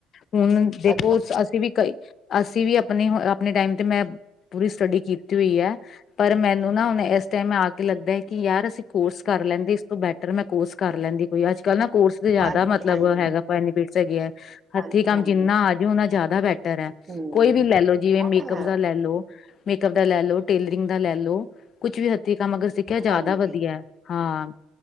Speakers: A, on the left; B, on the right.
A: ਹੁਣ ਦੇਖੋ
B: ਅੱਜ ਕੱਲ
A: ਅਸੀਂ ਵੀ ਕਈ ਅਸੀਂ ਵੀ ਆਪਣੇ ਆਪਣੇ ਟਾਈਮ ਤੇ ਮੈਂ ਪੂਰੀ ਸਟੱਡੀ ਕੀਤੀ ਹੋਈ ਹੈ ਪਰ ਮੈਨੂੰ ਨਾ ਹੁਣ ਇਸ ਟਾਈਮ ਆ ਕੇ ਲੱਗਦਾ ਹੈ ਕਿ ਯਾਰ ਅਸੀਂ ਕੋਰਸ ਕਰ ਲੈਂਦੇ ਇਸ ਤੋਂ ਬੈਟਰ ਮੈਂ ਕੋਰਸ ਕਰ ਲੈਂਦੀ ਕੋਈ ਅੱਜ ਕੱਲ੍ਹ ਨਾ ਕੋਰਸ ਦੇ ਜ਼ਿਆਦਾ
B: ਹਾਂਜੀ
A: ਮਤਲਬ
B: ਹਾਂਜੀ
A: ਹੈਗਾ ਬੈਨੀਫਿਟਸ ਹੈਗੇ ਹੈ
B: ਹਾਂਜੀ
A: ਹੱਥੀਂ ਕੰਮ
B: ਹਾਂਜੀ
A: ਜਿੰਨਾ ਆਜੇ ਉਨਾ ਜ਼ਿਆਦਾ ਬੈਟਰ ਹੈ
B: ਹਮ
A: ਕੋਈ ਵੀ
B: ਉਹ
A: ਲੈ ਲੋ ਜਿਵੇਂ ਮੇਕਅਪ
B: ਤਾਂ ਹੈ
A: ਦਾ ਲੈ ਲੋ ਮੇਕਅਪ ਦਾ ਲੈ ਲੋ ਟੇਲਰਿੰਗ ਦਾ ਲੈ ਲਓ ਕੁਛ ਵੀ ਹੱਥੀਂ ਕੰਮ ਅਗਰ ਸਿੱਖਿਆ ਜ਼ਿਆਦਾ
B: ਹਾਂਜੀ
A: ਵਧੀਆ ਹਾਂ